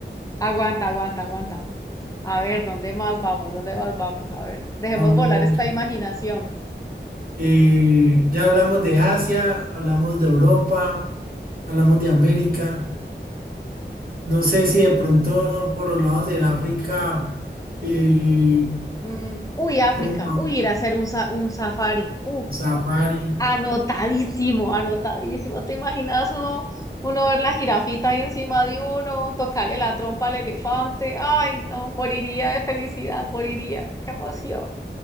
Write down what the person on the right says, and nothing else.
Vamos.
Y ya hablamos de Asia, hablamos de Europa, hablamos de América. No sé si de pronto por los lados del África, eh,
como
safari.